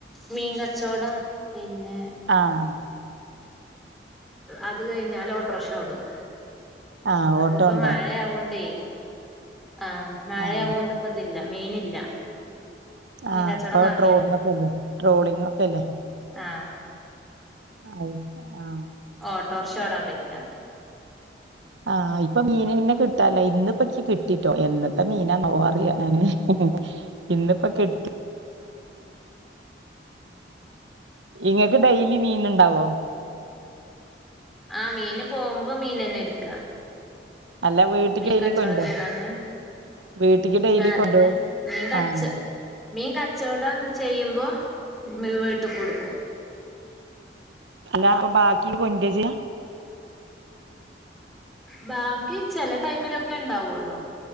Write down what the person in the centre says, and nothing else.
മീൻകച്ചവടം പിന്നെ
അത് കഴിഞ്ഞാല് ഓട്ടോക്ഷ ഓടും
അപ്പോ
ഇപ്പൊ
മഴയാവോണ്ടേ ആ മഴയാവൊണ്ട്
ഇപ്പോ ഇതില്ല മീനില്ല മീൻ
കച്ചോടം
കമ്മിയാ
ആഹ്
ഓട്ടോറിഷോടാൻ പൊയ്ക്കാ
ആ മീന് പോകുമ്പോ മീനെന്നെ എട്ക്ക
മീൻ
കച്ചോടം
ചെയ്യ്ണന്ന്
ആ അതെന്നെ
മീൻ കച്ച്
മീൻ ക ച്ചോടം ചെയ്യുമ്പോ വീട്ട്ക്കും ഇടുക്കും
ബാക്കി ചെല ടൈമിലൊക്കെ ണ്ടാവുള്ളു